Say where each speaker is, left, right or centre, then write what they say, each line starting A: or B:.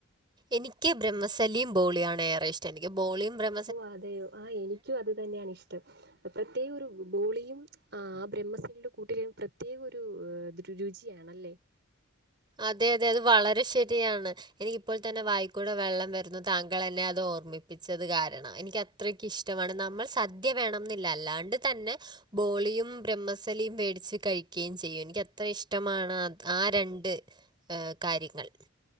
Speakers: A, on the right (about 20°); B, on the right (about 55°).
A: എനിക്ക് ബ്രഹ്മസലിയും ബോളിയാണ് ഏറെ ഇഷ്ടം എനിക്ക് ബോളിയും ബ്രത്മ
B: ഓ അതെയോ ആഹ് എനിക്കും അത് തന്നെയണി ഷ്ട്ടം പ്രത്യേക ഒരു ബോളിയും ആ ബ്രഹ്മസലി യുടെ കൂട്ടിലും പ്രത്യേക ഒരു രുചിയാ ണല്ലേ
A: അതെതെ അത് വളരെ ശരിയാണ് എനിക്കിപ്പോൾ തന്നെ വായിക്കൂടെ വെള്ളം വരുന്നു താങ്കൾ എന്നെ അത് ഓർമ്മിപ്പിച്ചത് കാരണം എനിക്കത് അത്രക്ക് ഇഷ്ട്ട മാണ് നമ്മൾ സദ്യ വേണം ന്നില്ല അല്ലാണ്ട് തന്നെ ബോളിയും ബ്രഹ്മസലിയും വേ ടിച്ച് കഴിക്കുകയും ചെയ്യും എനിക്ക് അത്ര ഇഷ്ടമാണ് ആ രണ്ട് ണ്ട് കാര്യങ്ങൾ